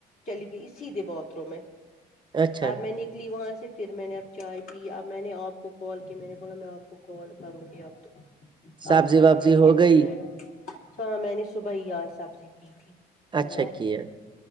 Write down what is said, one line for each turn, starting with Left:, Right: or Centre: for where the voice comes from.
Left: چلی گئی سیدھے باتھ روم میں
Right: اچھا
Left: آپ میں نے وہاں سے پھر میں نے اب چائے پی اب میں نے آپ کو کال کی میں نے بولا میں آپ کو کال کروں گی اب تو
Right: سبزی
Left: آپ کا
Right: وبزی
Left: بھی فنش ہو
Right: گئی
Left: جائے گا تو ہاں میں نے صبح ہی آ سبزی کی تھی
Right: اچھا
Left: ہاں
Right: کیا